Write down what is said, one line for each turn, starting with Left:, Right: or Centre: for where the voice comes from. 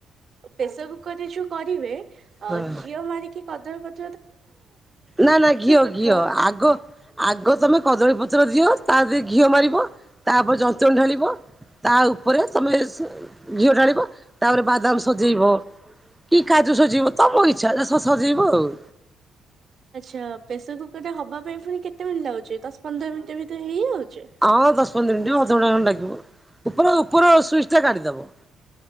Right: ପ୍ରେସର୍ କୁକର୍ ରେ ଯୋଉ କରିବେ ଅ,
Centre: ହଁ
Right: ଘିଅ ମାରିକି କଦଳୀ ପ
Centre: ନା ନା ଘିଅ
Right: ପେପର
Centre: ଘିଅ ଆଗ ଆଗ ତୋମେ କଦଳୀ ପ ତ୍ର ଦିଅ ତା ଧିଅରେ ଘିଅ ମାରିବ, ତାପରେ ଜନ୍ତୁଣି ଢାଳିବ, ତା ଉପରେ ତୋମେ ସେ-ଘିଅ ଢାଳିବ, ତାପରେ ବାଦାମ ସଜେଇବ କି କାଜୁ ସଜେଇବ ତୋମ ଇଚ୍ଛା ସ ସଜେଇବ ଆଉ।
Right: ଆଚ୍ଛା ପ୍ରେସର୍ କୁକର୍ ରେ ହବା ପାଇଁ ପୁଣି କେତେ ମିନିଟ୍ ଲାଗୁଛି ଦଶ ପନ୍ଦର ମିନିଟ୍ ଭିତରେ ହେଇଯାଉ
Centre: ହଁ ଦଶ ପନ୍ଦର ମିନିଟ୍ ଅଧ ଘଣ୍ଟା ଖଣ୍ଡେ ଲାଗି <unintelligible> ଉପର ଉପର ସୁଇଚ ଟା କାଢି ଦବ।